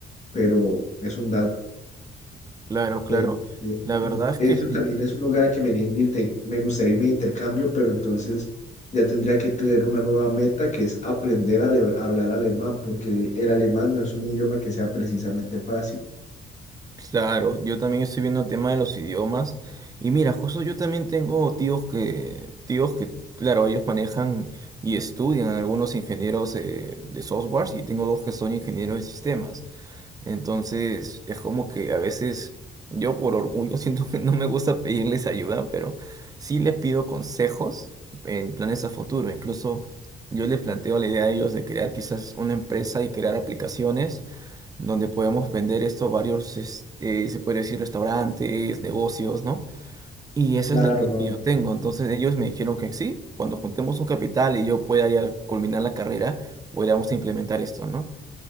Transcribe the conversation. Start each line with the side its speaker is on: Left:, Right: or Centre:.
Left: pero es un dato
Right: Claro, claro.
Left: entonces,
Right: La verdad es
Left: eso
Right: que sí.
Left: también es un lugar al que me, iría de inter- me gustaría irme de intercambio, pero entonces ya tendría que tener una nueva meta que es aprender a, ale- a hablar alemán, porque el alemán no es un idioma que sea precisamente fácil.
Right: Claro, yo también estoy viendo el tema de los idiomas. Y mira, justo yo también tengo tíos que, tíos que, claro, ellos manejan y estudian algunos ingenieros eh, de softwares y tengo dos que son ingenieros de sistemas. Entonces, es como que a veces yo por orgullo <laughs> siento que no me gusta pedirles ayuda, pero sí les pido consejos en planes a futuro. Incluso yo les planteo la idea a ellos de crear quizás una empresa y crear aplicaciones donde podemos vender esto a varios, es- eh, se puede decir, restaurantes, negocios, ¿no? Y esa
Left: Claro,
Right: es la idea
Left: no.
Right: que yo tengo. Entonces ellos me dijeron que sí, cuando juntemos un capital y yo pueda ya culminar la carrera, podríamos implementar esto, ¿no?